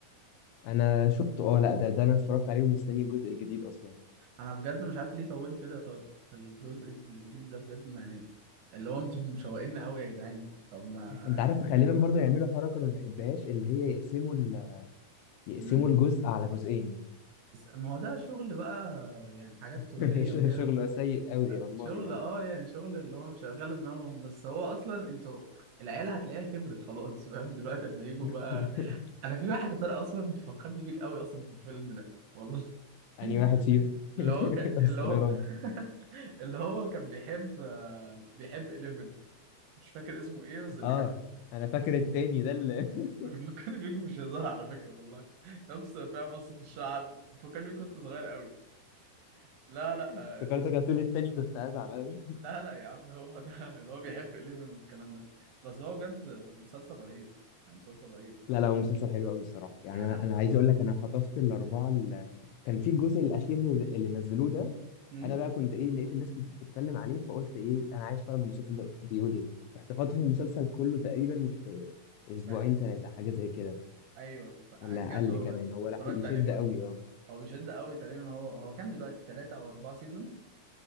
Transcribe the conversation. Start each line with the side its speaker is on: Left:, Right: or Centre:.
Left: انا شفته اه لا ده ده انا اتفرجت عليه ومستني الجزء الجديد اصلا
Right: انا بجد مش عارف ليه طولوا كده يا طارق في الجزء الجديد ده بجد ما يعني اللي هو انتم مشوقين قوي يا جدعان طب ما
Left: انت عارف غالبا برضه يعملوا حركة انا ما بحبهاش اللي هي يقسموا ال... يقسموا
Right: امم
Left: الجزء على جزئين
Right: ما هو ده شغل بقى يعني حاجات تجارية
Left: <laughs>
Right: وكده
Left: شغل سيء قوي والله
Right: شغل
Left: يعني
Right: اه يعني شغل اللي هو شغال دماغهم بس هو اصلا انتوا العيله هتلاقيها كبرت خلاص فاهم دلوقتي اما يجوا
Left: <laughs>
Right: بقى انا في واحد يا طارق اصلا بيفكرني بيك قوي اصلا في الفيلم ده والله
Left: أنهي
Right: <laughs>
Left: واحد فيهم
Right: اللي
Left: <laughs>
Right: هو كان
Left: استر
Right: اللي هو
Left: يا رب
Right: <laughs> اللي هو كان بيحب آه، بيحب 11 مش فاكر اسمه ايه بس اللي
Left: اه
Right: كان
Left: انا فاكر التاني ده اللي <laughs>
Right: بيفكرني بيك مش هزار على فكرة والله نفس فاهم قصة الشعر بيفكرني بيك كنت صغير قوي لا لا
Left: افتكرتك
Right: آه اسمه
Left: هتقول التاني كنت هزعل قوي
Right: لا لا يا عم هو ده <laughs> اللي هو بيحب إليفن والكلام ده بس هو بجد مسلسل رهيب يعني مسلسل رهيب
Left: لا لا هو مسلسل حلو قوي الصراحه يعني
Right: يعني أنا
Left: انا انا عايز اقول لك انا خطفت الاربعه اللي كان في الجزء الاخير اللي نزلوه ده
Right: أمم؟
Left: انا بقى كنت ايه لقيت الناس كتير بتتكلم عليه فقلت ايه انا عايز اتفرج المسلسل ده بيقول ايه رحت خاطف المسلسل كله تقريبا في اسبوعين
Right: أ-
Left: ثلاثه حاجه زي كده
Right: أيوه بجد
Left: ولا اقل
Right: والله
Left: كمان هو
Right: اتفرجت
Left: لحق يشد
Right: عليه كله
Left: قوي اه
Right: هو بيشد قوي تقريبا هو هو كام دلوقتي ثلاثة أو أربعة سيزون